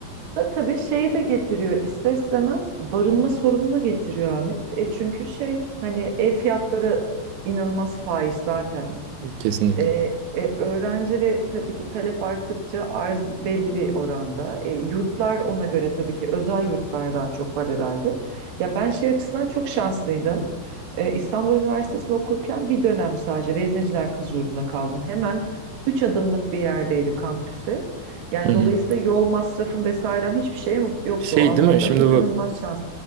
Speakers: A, on the right; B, on the right.
A: Da tabii şeyi de getiriyor ister istemez barınma sorununu getiriyor Ahmet. E çünkü şey hani ev fiyatları inanılmaz fahiş zaten.
B: Kesinlikle.
A: E, e, öğrenci ve tabii ki talep arttıkça arz belli bir oranda. E, yurtlar ona göre tabii ki özel yurtlar daha çok var herhalde. Ya ben şey açısından çok şanslıydım. E, İstanbul Üniversitesi'nde okurken bir dönem sadece Vezneciler Kız Yurdu'nda kaldım. Hemen üç adımlık bir yerdeydi kampüsü. Yani
B: Hı hı.
A: dolayısıyla yol masrafım vesairem hiçbir şeyim yoktu
B: Şey
A: o anlamda.
B: değil mi? Şimdi
A: İnanılmaz
B: bu
A: şans.